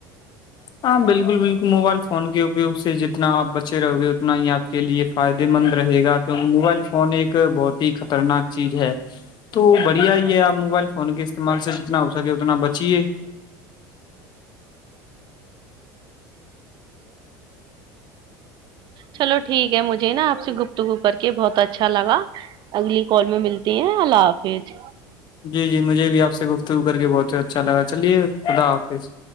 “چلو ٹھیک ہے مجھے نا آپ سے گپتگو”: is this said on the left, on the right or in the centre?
Right